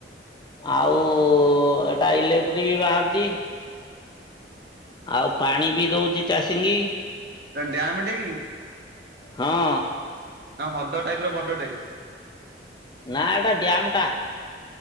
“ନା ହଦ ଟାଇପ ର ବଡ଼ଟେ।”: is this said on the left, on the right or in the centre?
Right